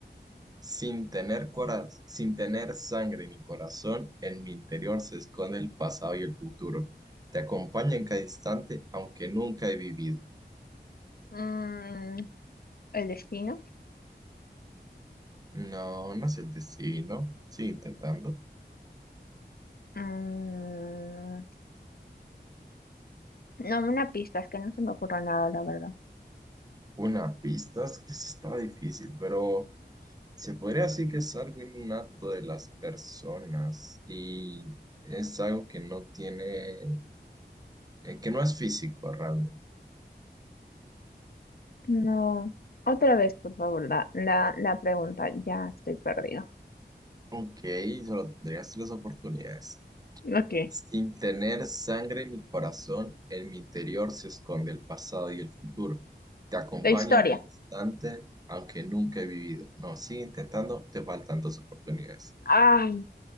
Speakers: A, on the right; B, on the left.
A: Sin tener cora- sin tener sangre ni corazón, en mi interior se esconde el pasado y el futuro. Te acompaña en cada instante, aunque nunca he vivido.
B: Mm, ¿el destino?
A: No, no es el destino. Sigue intentando.
B: Mm, no, una pista, es que no se me ocurre nada, la verdad.
A: Una pista es que sí estaba difícil, pero se podría decir que es algo innato de las personas y es algo que no tiene, eh, que no es físico realmente.
B: No. Otra vez, por favor, la, la, la pregunta. Ya estoy perdido.
A: Ok, solo tendrías tres oportunidades.
B: Ok.
A: Sin tener sangre ni corazón, en mi interior se esconde el pasado y el futuro. Te acompaño
B: La historia.
A: en cada instante, aunque nunca he vivido. No, sigue intentando, te faltan dos oportunidades.
B: Ay,